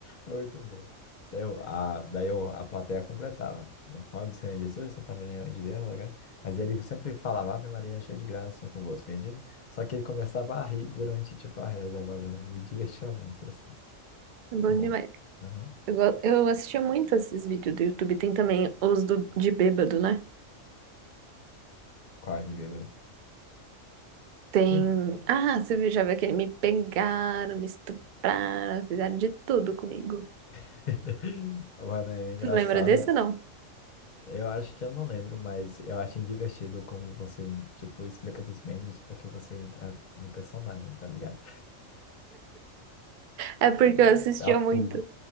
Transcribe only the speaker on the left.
É Muito bom. Daí, eu, a, daí eu, a plateia completava. Roda Senhor Jesus, Santa Maria, Mãe de Deus. ok? Mas ele sempre falava, Ave Maria, cheia de graça, Senhor é convosco, bendito. Só que ele começava a rir durante, tipo, a reza, mano. Eu me divertia muito, assim.
Muito bom.
Uhum.
Quase bêbado.
Sim.
<laughs> Mano, é engraçado.
Eu acho que eu não lembro, mas eu acho divertido como você, tipo, explica dos memes porque você entra no personagem, tá ligado?
Atua.